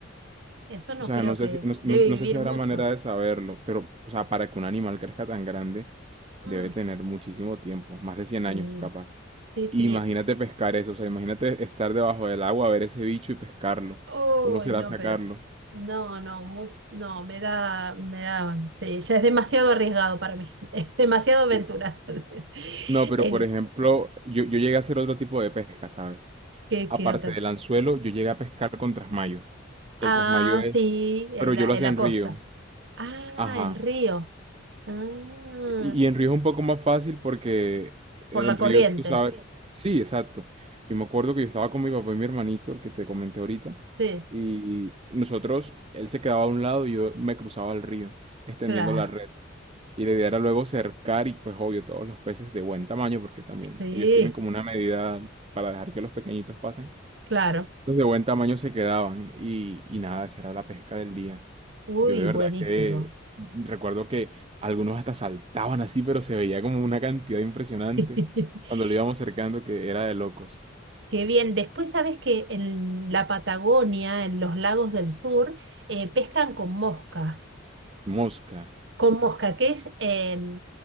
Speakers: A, on the right; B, on the right.
A: eso no
B: O sea,
A: creo
B: no
A: que
B: sé si, no,
A: debe
B: no- no
A: vivir
B: sé si habrá
A: mucho.
B: manera de saberlo, pero, o sea, para que un animal crezca tan grande,
A: Mm,
B: debe tener muchísimo tiempo, más de cien
A: sí,
B: años capaz.
A: sí, sí.
B: Imagínate pescar eso, o sea, imagínate estar debajo del agua, ver ese bicho y pescarlo.
A: Uy,
B: ¿Cómo será
A: no,
B: sacarlo?
A: pero no, no, mu- no, me da, me da, sí, ya es demasiado arriesgado para mí. <laughs> Es demasiado aventura.
B: Uf.
A: <laughs>
B: No, pero
A: Eh,
B: por ejemplo, yo, yo llegué a hacer otro tipo de pesca, ¿sabes?
A: ¿qué,
B: Aparte
A: qué otra vez?
B: del anzuelo, yo llegué a pescar con trasmayo.
A: Ah,
B: El trasmayo es,
A: sí, en
B: pero yo
A: la,
B: lo hacía
A: en la
B: en
A: costa.
B: río.
A: Ah,
B: Ajá.
A: en Río. Ah,
B: Y y en Río es un poco más fácil porque
A: por
B: en
A: la corriente.
B: Río tú sabes. Sí, exacto. Yo me acuerdo que yo estaba con mi papá y mi hermanito, el que te comenté ahorita,
A: Sí,
B: y nosotros, él se quedaba a un lado y yo me cruzaba al río, extendiendo
A: claro.
B: la red. Y la idea era luego cercar y pues obvio todos los peces de buen tamaño, porque también
A: Sí,
B: ellos tienen como una medida para dejar que los pequeñitos pasen.
A: claro.
B: Los de buen tamaño se quedaban y, y nada, esa era la pesca del día.
A: Uy,
B: Yo de verdad
A: buenísimo.
B: que recuerdo que algunos hasta saltaban así, pero se veía como una cantidad impresionante
A: <laughs>
B: cuando lo íbamos cercando que era de locos.
A: Qué bien. Después sabes que en la Patagonia, en los lagos del sur, eh, pescan con mosca.
B: Mosca.
A: Con mosca, que es, eh,